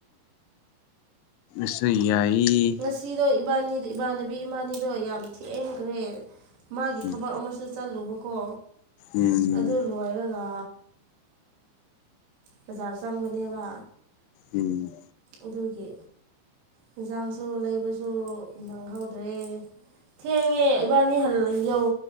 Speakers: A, on the left (about 85°); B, on the right (about 90°).
A: ꯁ ꯌꯥꯏ
B: ꯑꯁꯤꯗꯣ ꯏꯕꯥꯅꯤꯗ ꯏꯃꯥꯟꯅꯕꯤ ꯏꯃꯥꯅꯤꯗꯣ ꯌꯥꯝ ꯊꯦꯡꯈ꯭ꯔꯦ ꯃꯥꯒꯤ
A: ꯎꯝ
B: ꯊꯕꯛ ꯑꯃꯁꯨ ꯆꯠꯂꯨꯕꯀꯣ
A: ꯎꯝ
B: ꯑꯗꯨ ꯂꯣ ꯂꯣꯏꯔꯒ ꯕꯖꯥꯔ ꯆꯪꯕꯅꯦꯕ
A: ꯎꯝ
B: ꯑꯗꯨꯒꯤ ꯌꯦꯟꯁꯥꯡꯁꯨ ꯂꯩꯕꯁꯨ ꯅꯪꯍꯧꯗ꯭ꯔꯦ ꯊꯦꯡꯉꯦ ꯏꯕꯥꯅꯤ ꯍ ꯌꯧ